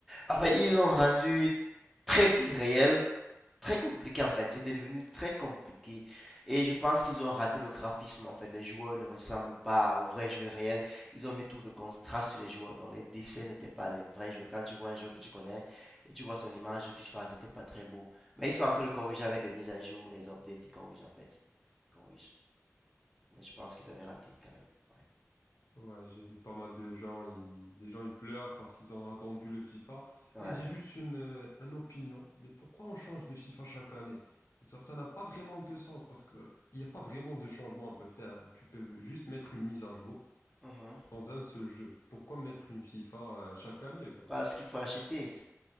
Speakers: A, in the centre; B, on the left.
A: Enfin, ils l'ont rendu très pire très compliqué en fait. C'était devenu très compliqué. Et je pense qu'ils ont raté le graphisme en fait. Les joueurs ne ressemblent pas aux vrais joueurs réels. Ils ont mis trop de contraste sur les joueurs. Donc les dessins n'étaient pas des vrais joueurs. Quand tu vois un joueur que tu connais et tu vois son image FIFA, c'était pas très beau. Mais ils sont en train de corriger avec des mises à jour, des updates. Ils corrigent en fait. Ils corrigent. Mais je pense qu'ils avaient raté quand même. Ouais.
B: Ouais, j'ai vu pas mal de gens, ils, des gens ils pleurent parce qu'ils ont attendu le FIFA.
A: Ouais.
B: Et j'ai juste une, euh, une opinion, mais pourquoi on change de FIFA chaque année? Ça, ça n'a pas vraiment de sens parce que il n'y a pas vraiment de changement à peut faire. Tu peux juste mettre une mise à jour
A: Mhm.
B: dans un seul jeu. Pourquoi mettre une FIFA euh, chaque année? Bah,
A: Parce qu'il faut acheter.